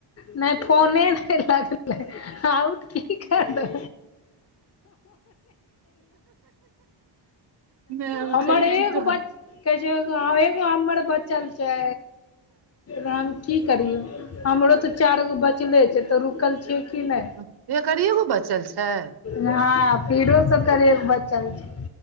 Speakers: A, on the left; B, on the right.
A: नहि फोने नहि लगल आउट की कर द
B: नहि हम
A: हमर
B: कहियै
A: एगो
B: कि तोहर
A: बचा कहै छै एगो हमर बचल छै हम की करियौ हमरो तऽ चारि गो बचले छै तऽ रुकल छिय कि नहि।
B: अच्छा एकरिएगो बचल छै
A: हँ पिरो सब कर एक बचल छै